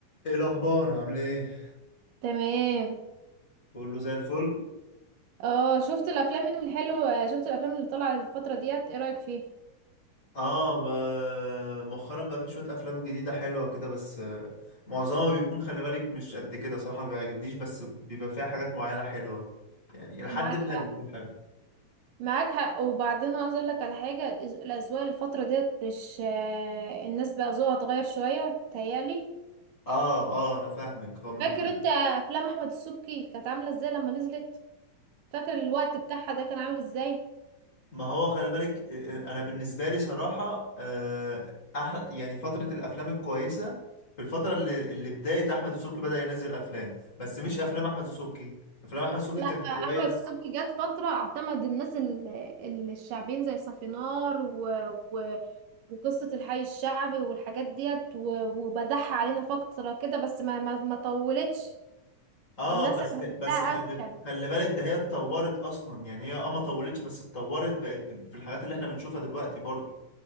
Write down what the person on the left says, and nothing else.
ايه الاخبار عامل ايه
كله زي الفل
اه ما مؤخرا بقى في شويه افلام جديده حلوه كده بس آه، معظمها بيكون خلي بالك مش قد كده صراحه ما بيعجبنيش بس بيبى فيها حاجات معينه حلوه يعني الى حد
ما
بيكون حلو
اه اه انا فاهمك هم
ما هو خلي بالك آه، آه، انا بالنسبه لي صراحه آه، أح... يعني فتره الافلام الكويسه في الفتره اللي, اللي بدايه احمد السبكي بدا ينزل افلام بس مش افلام احمد السبكي افلام احمد السبكي
كانت
شويه
اه
بس
بس خلي
خلي بالك ده هي اتطورت اصلا يعني هي اه ما طولتش بس اتطورت بقت ب- في الحاجات اللي احنا بنشوفها دلوقتي برضو